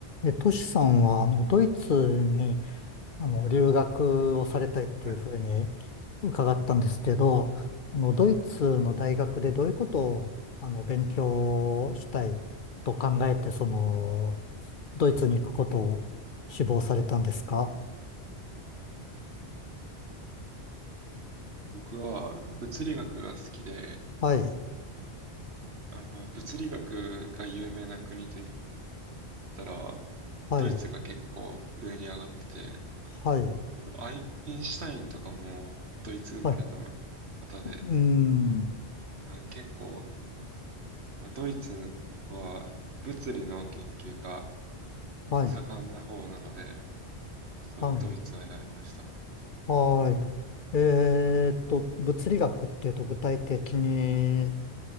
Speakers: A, on the left (about 55°); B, on the right (about 70°).
A: え、トシさんは、あの、ドイツに、あの、留学をされたいっていうふうに
B: はい。
A: 伺ったんですけど、あの、ドイツの大学でどういうことを、あの、勉強したいと考えて、その、ドイツに行くことを志望されたんですか
B: 僕は物理学が好きで、
A: はい、
B: あの、物理学が有名な国といったら、
A: はい、
B: ドイツが結構上に上がってて、あ
A: はい、
B: のアインシュタインとかもドイツ生まれの
A: はい、
B: 方で、
A: うーん、
B: あ結構、あのドイツは物理の研究が
A: はい、
B: 盛んな方なので、それはドイツを選びました。
A: はい、はい。えーっと、物理学っていうと具体的に